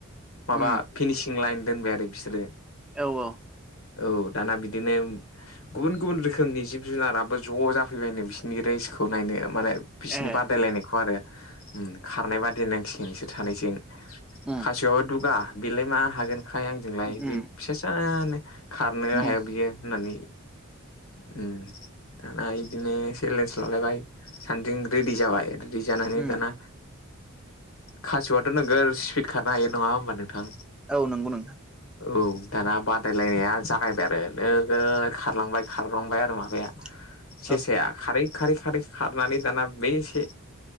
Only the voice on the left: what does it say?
माबा
फिनिसिं लाइन दोनबाय आरो बिसोरो
औ दाना बिदिनो गुबुन गुबुन रोखोमनि जिब जुनाराबो ज' जाफैबायनो बिसिनि रेसखौ नायनो माने बिसिनि
बादायलायनायखौ आरो उम खारनाय बादाय नांसिगोन इसोर सानैजों
खासेवाबो दुगा बेलाय मा हागोनखाय आंजोंलाय
बे फिसासानो खारनो
हाया बियो होननानै उम दाना बिदिनो सेलेन्स लालायबाय सानैजों रेडि जाबाय रेदि जानानै
दाना खासिवआथ' नोगोर स्पिड खारनो हायो नङा ओमबा नोंथां
औ दाना बादायलायनाया जागायबाय आरो नोगोद खारलांबाय खारलांबाय आरो माबाया
सेसाया खारै खारै खारै खारनानै दाना बे से